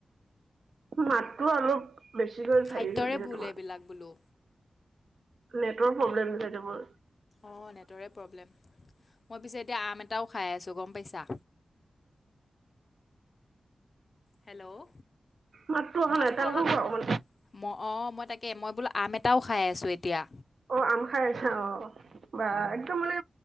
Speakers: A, on the right; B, on the left.
A: মাততো অলপ বেছিকৈ ভাবি
B: খাদ্যৰে
A: থাকিলে
B: ভুল
A: তোমাৰ
B: এইবিলাক বোলো
A: নেটৰ প্ৰব্লেম তেন্তে মোৰ।
B: অ', নেটৰে প্ৰব্লেম, মই পিছে এতিয়া আম এ এটাও খাই আছোঁ, গম পাইছা? হেল্ল'।
A: মাততো
B: মাতটো
A: নাই টানকৈ
B: অহা
A: কোৱা অকমান
B: ম অ' মই তাকে, মই বোলো আম এটাও খাই আছো এত এতিয়া
A: অ', আম খাই আছা অ বা, একদম মানে